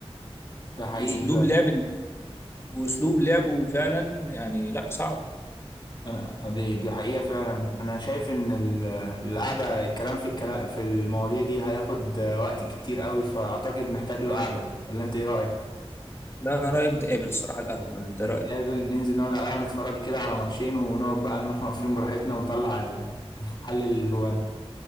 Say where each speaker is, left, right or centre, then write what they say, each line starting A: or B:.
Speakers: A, on the left; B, on the left.
A: ده حقيقي
B: واسلوب لعب واسلوب لعبه فعلا يعني لا صعب
A: انا دي دي حقيقة فعلا انا شايف ان ال- القعدة الكلام في الكلام في المواضيع دي هياخد وقت كتير قوي فاعتقد محتاج له قعدة ولا انت ايه رأيك
B: لا انا رايي انت قابل الصراحه القهوه انت
A: نتقابل
B: رايك
A: ننزل نقعد على القهوة نتفرج كده على ماتشين ونقعد بقى نمخمخ فيهم براحتنا ونطلع المحل اللي جوانا